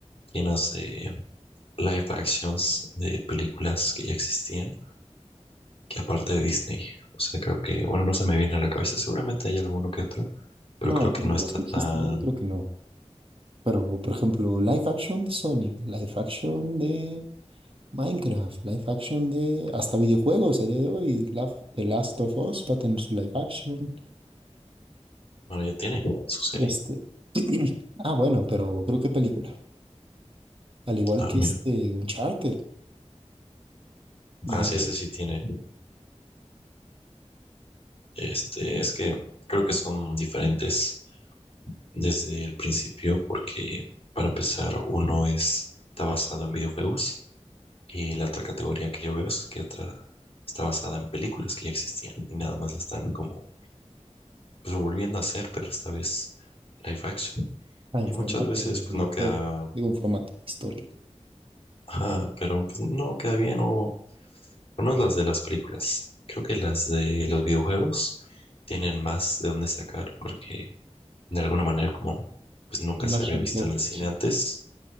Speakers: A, on the left; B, on the right.
A: quien hace live actions de películas que ya existían, que aparte de Disney. O sea, creo que, bueno, no se me viene a la cabeza. Seguramente hay alguno que otro, pero
B: No,
A: creo que
B: películas
A: no está
B: que
A: tan...
B: existían, creo que no. Pero, por ejemplo, live action de Sony, live action de Minecraft, live action de hasta videojuegos a día de hoy, la- The Last of Us va a tener su live action.
A: Bueno, ya tiene su serie.
B: Este, <clears throat> ah, bueno, pero creo que película. Al igual
A: Ah,
B: que
A: mira.
B: este Uncharted y
A: Ah,
B: yo
A: sí, ese sí tiene Este, es que creo que son diferentes desde el principio porque para empezar uno es, está basado en videojuegos y la otra categoría que yo veo es que otra está basada en películas que ya existían y nada más la están como pues, volviendo a hacer, pero esta vez live action.
B: en
A: Y
B: formato
A: muchas veces
B: de
A: pues
B: videojuego,
A: no queda,
B: digo en formato de historia,
A: ajá, pero pues, no queda bien o, o no es las de las películas. Creo que las de los videojuegos tienen más de dónde sacar porque de alguna manera como pues nunca
B: es
A: se
B: más
A: había
B: reinterpretación.
A: visto en el cine antes.